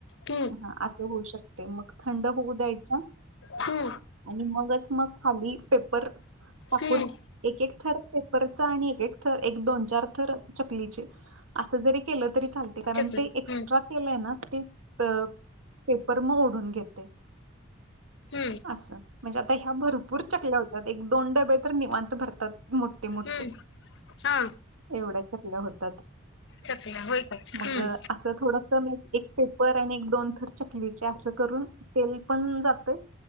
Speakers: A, on the left; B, on the right.
A: हम्.
B: हा आता होऊ शकते मग थंड होऊ द्याय..
A: हम्
B: आणि मगच मग खाली पेपर टाकून
A: हम्म
B: एक एक थर पेपरचा आणि एक एक थर दोन चार थर चकलीचे असं जरी केलं तरी चालते कारण
A: चकली
B: ते एक्स्ट्रा
A: हम्म
B: तेल आहे ना ते पेपर मग ओढून घेते
A: हम्म
B: असं म्हणजे आता ह्या भरपूर चकल्या होतात एक दोन डबे तर निवांत भरतात मोठे मोठे
A: हम्म हा
B: व च होत
A: चकल्या होय काय
B: मग
A: हम्म
B: अस थोड पर आणि एक दोन थर चकलीचे असं करून तेल पण जातय